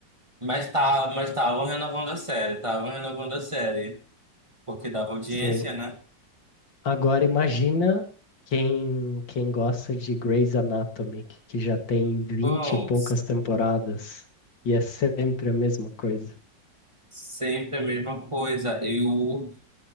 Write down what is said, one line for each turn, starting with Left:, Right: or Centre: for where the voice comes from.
Right: Mas tá, mas estavam renovando a série, estavam renovando a série, porque dava audiência,
Left: Sim,
Right: né?
Left: Agora imagina quem, quem gosta de Grey's Anatomy, que que já tem vinte
Right: Pô,
Left: e poucas temporadas e é sempre a mesma coisa.
Right: sempre a mesma coisa. Eu